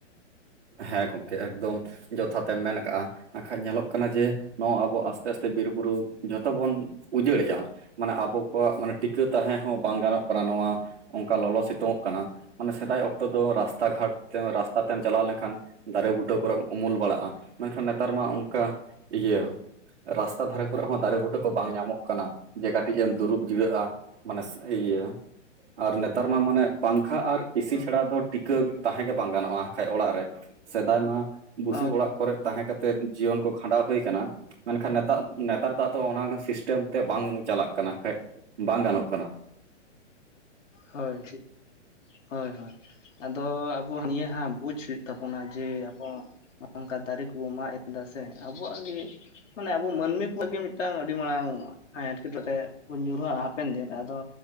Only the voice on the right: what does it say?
ᱦᱮᱸ ᱜᱚᱢᱠᱮ ᱮᱠᱫᱚᱢ ᱡᱚᱛᱷᱟ ᱛᱮᱢ ᱢᱮᱱ ᱠᱟᱜᱼᱟ ᱟᱨᱠᱷᱟᱡ ᱧᱮᱞᱚᱜ ᱠᱟᱱᱟ ᱡᱮ ᱱᱚᱣᱟ ᱟᱵᱚ ᱟᱥᱛᱮ ᱟᱥᱛᱮ ᱵᱤᱨ ᱵᱩᱨᱩ ᱡᱷᱚᱛᱚ ᱵᱚᱱ ᱩᱡᱟᱹᱲᱮᱜᱼᱟ ᱢᱟᱱᱮ ᱟᱵᱚ ᱠᱚᱣᱟᱜ ᱢᱟᱱᱮ ᱴᱤᱠᱟᱹ ᱛᱟᱦᱮᱸ ᱦᱚᱸ ᱵᱟᱝ ᱜᱟᱱᱚᱜ ᱠᱟᱱᱟ ᱱᱚᱣᱟ ᱚᱱᱠᱟ ᱞᱚᱞᱚ ᱥᱮ ᱠᱟᱱᱟ ᱢᱟᱱᱮ ᱥᱮᱫᱟᱭ ᱚᱠᱛᱚ ᱫᱚ ᱨᱟᱥᱛᱟ ᱜᱷᱟᱴ ᱨᱟᱥᱛᱟ ᱛᱮᱢ ᱪᱟᱞᱟᱣ ᱞᱮᱱᱠᱷᱟᱱ ᱟᱱ ᱫᱟᱨᱮ ᱵᱩᱴᱟᱹ ᱠᱚ ᱨᱮᱢ ᱩᱢᱩᱞ ᱵᱟᱲᱟᱜᱼᱟ ᱢᱮᱱᱠᱷᱟᱱ ᱱᱮᱛᱟᱨ ᱢᱟ ᱚᱱᱠᱟ ᱤᱭᱟᱹ ᱨᱟᱥᱛᱟ ᱫᱷᱟᱨᱮ ᱠᱚᱨᱮ ᱦᱚᱸ ᱫᱟᱨᱮ ᱵᱩᱴᱟᱹ ᱠᱚ ᱵᱟᱝ ᱧᱟᱢᱚᱜ ᱠᱟᱱᱟ ᱡᱮ ᱠᱟᱹᱴᱤᱡ ᱮᱢ ᱫᱩᱲᱩᱵ ᱡᱤᱨᱟᱹᱜᱼᱟ ᱢᱟᱱᱮ ᱤᱭᱟᱹ ᱟᱨ ᱱᱮᱛᱟᱨ ᱢᱟ ᱢᱟᱱᱮ ᱯᱟᱝᱠᱷᱟ ᱟᱨ ᱮᱥᱤ ᱪᱷᱟᱲᱟ ᱫᱚ ᱴᱤᱠᱟᱹ ᱛᱟᱦᱮᱸ ᱜᱮ ᱵᱟᱝ ᱜᱟᱱᱚᱜᱼᱟ ᱠᱷᱟᱡ ᱚᱲᱟᱜ ᱨᱮ ᱥᱮᱫᱟᱭ ᱢᱟ ᱵᱩᱥᱩᱵ
ᱚᱲᱟᱜ ᱠᱚᱨᱮᱜ ᱛᱟᱦᱮᱸ ᱠᱟᱛᱮᱫ ᱡᱤᱭᱚᱱ ᱠᱚ ᱠᱷᱟᱸᱰᱟᱣ ᱦᱩᱭ ᱟᱠᱟᱱᱟ ᱢᱮᱱᱠᱷᱟᱱ ᱱᱮᱛᱟᱨ ᱱᱮᱛᱟᱨ ᱫᱚ ᱟᱫᱚ ᱚᱱᱟ ᱥᱤᱥᱴᱮᱢ ᱛᱮ ᱵᱟᱝ ᱪᱟᱞᱟᱜ ᱠᱟᱱᱟ ᱠᱷᱟᱱ ᱵᱟᱝ ᱜᱟᱱᱚᱜ ᱠᱟᱱᱟ